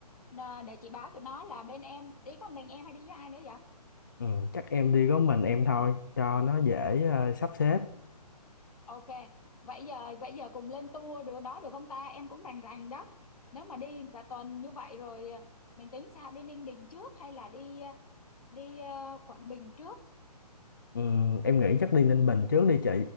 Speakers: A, on the left (about 60°); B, on the left (about 30°).
A: Ờ, để chị báo tụi nó là bên em ý con mình em hay đi với ai nữa vậy
B: Ừ, chắc em đi có mình em thôi cho nó dễ à, sắp xếp.
A: ok vậy giờ vậy giờ cùng lên tour được đó được không ta em cũng rành rành đó nếu mà đi cả tuần như vậy rồi ờ, mình tính sao đi Ninh Bình trước hay là đi ờ, đi ờ, Quảng Bình trước
B: Ừ, em nghĩ chắc đi Ninh Bình trước đi chị